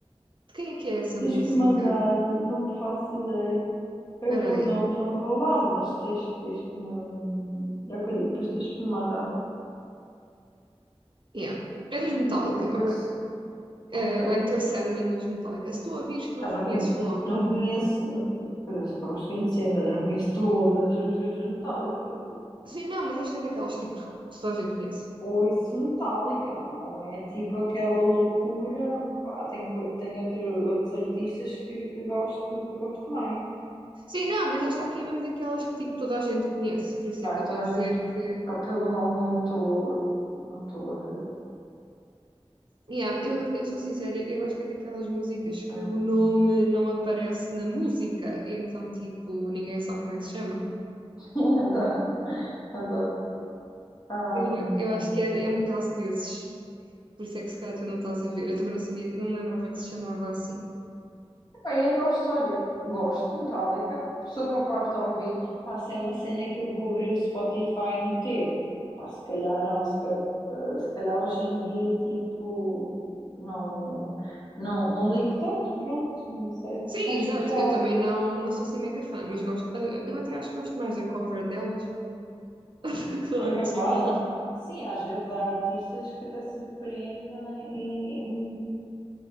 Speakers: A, on the right; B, on the left.
A: Quem é que é essa música?
B: tens que me mandar, não faço ideia, eu
A: Espera
B: por
A: aí.
B: nomes não vou lá, mas tens, tens que me, é o que eu digo, depois tens que me mandar,
A: Yeah. É dos Metallica,
B: porque eu,
A: ok.
B: se- ok.
A: É o Enter Sandman dos Metallica. Se tu a vires, tu
B: Pá, não,
A: reconheces
B: conhe-
A: logo.
B: não conheço, pois eu sou capaz de conhecer, mas eu não conheço todas as músicas dos Metallica. Tipo,
A: Sim, não, mas esta é daquelas tipo que toda a gente conhece.
B: ouço Metallica, mas não é tipo aquela loucura. Pá, tem, co- tem outro, outros artistas que, que gosto, que gosto mais.
A: Sim, não, mas esta aqui é mesmo daquelas que tipo toda a gente conhece. Por isso
B: Claro,
A: é que eu estou
B: toda
A: a dizer
B: a gente,
A: que.
B: pá, pelo nome não estou não estou a ver.
A: Yeah, eu, eu sou sincera, eu acho que é daquelas músicas
B: Então,
A: que o nome não aparece na música, e então tipo ninguém sabe como é que se chama.
B: <laughs> adoro, adoro.
A: Eu, eu acho que é, é um caso desses. Por isso é que se calhar tu não estás a ver. Eu também não sabia, não me lembrava que se chamava assim.
B: Bem, é tal história. Gosto de Metallica, sou capaz de ouvir. Pá, se é uma cena que eu vou abrir o Spotify e meter. Pá, se calhar não, se calhar, eh, se calhar hoje em dia, tipo, não, não, não ligo tanto, pronto, não sei.
A: Sim,
B: Acho
A: exato.
B: que já
A: Eu também não, não sou assim mega fã, mas gosto. Eu até acho que gosto mais da cover delas <laughs> do que da
B: é
A: original.
B: capaz. Ah, Sim, às vezes há artistas que até surpreendem e, hum,